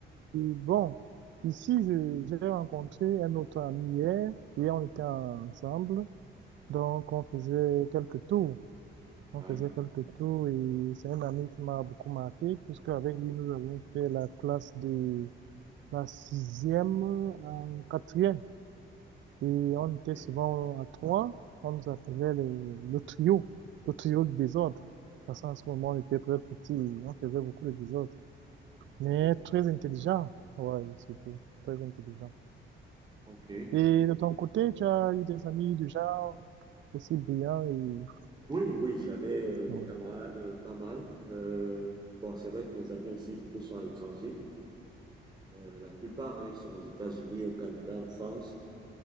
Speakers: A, on the right (about 70°); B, on the right (about 20°).
A: bon, ici, je- j'ai rencontré un autre ami hier. Hier, on était ensemble. Donc, on faisait quelques tours. On
B: Ouais,
A: faisait quelques tours et c'est un ami qui m'a beaucoup marqué puisque avec lui, nous avons fait la classe de la sixième en quatrième. Et on était
B: ok,
A: souvent à trois. On nous appelait les- le trio, le trio de désordre. Parce qu'en ce moment, on était très petits. et On faisait beaucoup de désordre. Mais
B: ok.
A: très intelligent. Ouais, surtout. Très intelligent.
B: ok.
A: Et de ton côté, tu as eu des amis du genre aussi brillants et...
B: Oui, oui, j'avais euh,
A: Ouais,
B: des camarades euh, pas mal. Euh, bon, c'est vrai que mes amis aussi, beaucoup sont à l'étranger. Euh, la plupart, hein, ils sont aux États-Unis, au Canada, en France.